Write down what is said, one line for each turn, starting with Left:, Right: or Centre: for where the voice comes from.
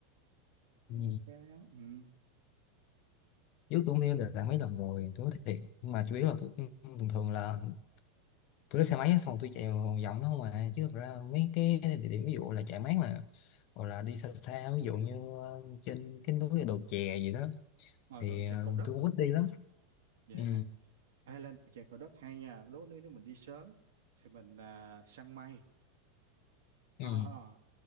Left: ừ
Right: cũng ok á ừ.
Left: trước tôi cũng đi được mấy lần rồi tôi nói thiệt nhưng mà chủ yếu là tôi thường thường là tôi lấy xe máy á, xong tôi chạy vòng vòng đó không à chứ thực ra mấy cái địa điểm ví dụ là chạy mát là hoặc là đi xa xa ví dụ như ờ, trên cái núi đồ chè gì đó
Right: Ờ,
Left: thì
Right: rồi chè
Left: ờ,
Right: Cầu Đất
Left: tôi cũng ít đi lắm
Right: vậy
Left: ừ
Right: Highland chè Cầu Đất hay nha lúc đấy nếu mình đi sớm thì mình à, săn mây <laughs>
Left: ừ
Right: à,